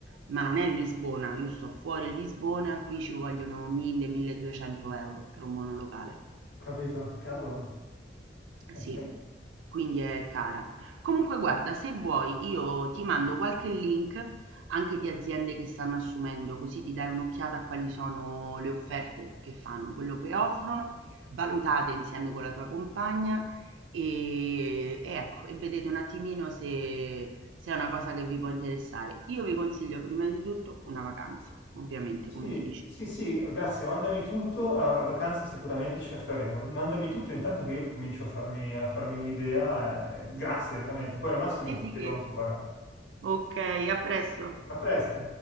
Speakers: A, on the right; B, on the left.
A: ma non è Lisbona, io sto fuori Lisbona, qui ci vogliono 1000-1200 euro per un monolocale.
B: capito, cavolo, eh
A: Sì,
B: sì.
A: quindi è cara. Comunque guarda, se vuoi io ti mando qualche link anche di aziende che stanno assumendo, così ti dai un'occhiata a quali sono le offerte che fanno, quello che offrono, valutate insieme con la tua compagna e, e ecco, e vedete un attimino se, se è una cosa che vi può interessare. Io vi consiglio prima di tutto una vacanza, ovviamente,
B: Sì,
A: come ti dicevo.
B: sì, sì, grazie, mandami tutto, la, la vacanza sicuramente ce la faremo, mandami tutto intanto che io comincio a farmi, a farmi un'idea, eh, grazie veramente, poi al massimo
A: E
B: ti
A: di
B: chiedo
A: che?
B: ancora.
A: Ok, a presto.
B: A presto.